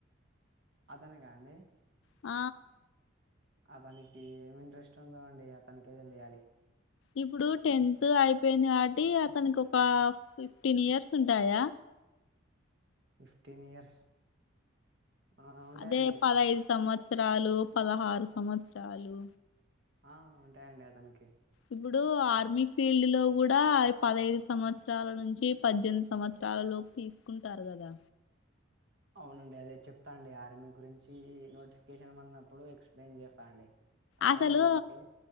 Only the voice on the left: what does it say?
ఆ
ఇప్పుడు టెన్త్ అయిపోయింది కాబట్టి అతనికి ఒక ఫిఫ్టీన్ ఇయర్స్ ఉంటాయా
అదే పదైదు సంవత్సరాలు పదహారు సంవత్సరాలు
ఇప్పుడు ఆర్మీ ఫీల్డ్ లో కూడా పదైదు సంవత్సరాల నుంచి పద్దెనిమిది సంవత్సరాల లోపు తీసుకుంటారు కదా
అసలు